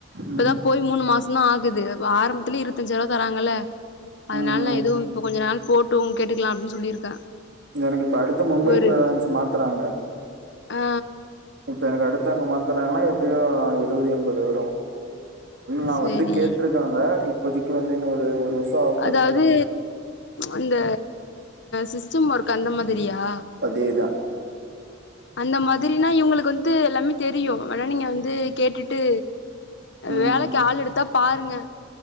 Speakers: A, on the left; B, on the right.
A: இப்பதா
B: ம்
A: போய் மூணு மாசோ தா ஆகுது ஆரம்பத்துல இருபத்தஞ்சு ரூபா தராங்கல்ல அதனால
B: ம்
A: நா எதுவு இப்ப கொஞ்ச நாள் போட்டு கேட்டுக்கலா அப்டின்னு சொல்லியிருக்கே
B: எனக்கு இப்ப அடுத்து மும்பை
A: ஒரு
B: பிராஞ்ச்சு மாத்துறாங்க
A: ஆ
B: இப்போ எனக்கு அடுத்தங்க மாத்துனாங்கன்னா எப்டியு எழுபது எண்பது வரு நா
A: சேரி
B: வந்து கேட்ருக்காங்க இப்போதைக்கு வந்து இன்னொரு ஒரு வருஷோ ஆகட்டுன்ட்டு
A: அதாவது
B: இருக்காங்க
A: அந்த சிஸ்டம் ஒர்க் அந்த மாதிரியா
B: அதே தா
A: அந்த மாதிரினா இவங்களுக்கு வந்து எல்லாமே தெரியு வேணா நீங்க வந்து கேட்டுட்டு
B: ம்
A: வேலைக்கு ஆள் எடுத்தா பாருங்க